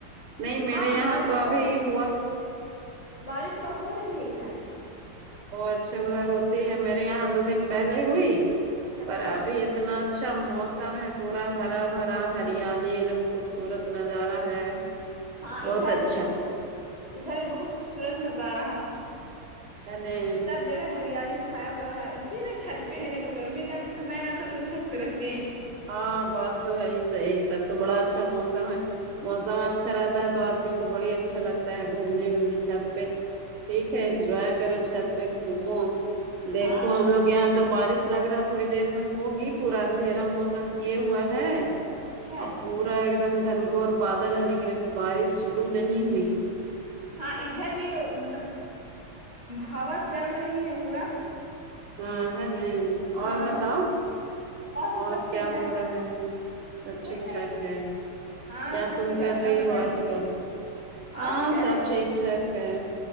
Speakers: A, on the left (about 25°); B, on the right (about 80°).
A: ہے
B: نہیں میرے
A: ہاں
B: یہاں
A: بارش
B: تو ابھی ہوا
A: بارش تو ہو رہی ہے ادھر
B: وہ اچھے ادھر ہوتی ہے میرے یہاں دو دن پہلے ہوئی پر
A: اچھا
B: ابھی اتنا اچھا موسم ہے پورا ہرا بھرا ہریالی ام خوبصورت نظارہ ہے
A: ہاں
B: بہت
A: ادھر
B: اچھا
A: بھی بہت ادھر بھی بہت خوبصورت نظارہ
B: ہے نہیں
A: سب جگہ ہریالی چھایا ہوا ہے اسی لیے چھت پہ ہے نہیں تو گرمی کا بھی سم رہتا ہے تو چھت پہ رہتے ہیں
B: ہاں بات تو ہے ہی صحیح تب تو بڑا اچھا موسم ہے موسم اچھا رہتا ہے تو آدمیوں کو بڑی اچھا لگتا ہے گھومنے میں بھی چھت پہ ٹھیک ہے انجوائے کرو چھت پہ گھومو دیکھو
A: ہاں
B: ہم لوگ یہ یہاں تو بارش لگ رہا تھوڑی دیر میں ہوگی پورا اندھیرا موسم کیے ہوا ہے
A: اچھا
B: اب پورا ایک دم گھن گھور بادل ہے لیکن ابھی بارش شرو نہیں ہوئی ہے
A: ہاں ادھر بھی مطلب ہوا چل رہی ہے پورا
B: ہاں ہے نہیں اور
A: ہاں
B: بتاؤ
A: تو
B: اور
A: سب ٹھیک
B: کیا
A: ہے
B: ہو رہا ہے سب ٹھیک
A: کچھ نہیں
B: ٹھاک ہے
A: ہاں
B: کیا
A: سب
B: تم
A: ٹھیک ہے
B: کر
A: اپنا
B: رہی
A: بتائیے
B: ہو آج کل ہاں
A: آج کل
B: سب ٹھیک ٹھاک ہے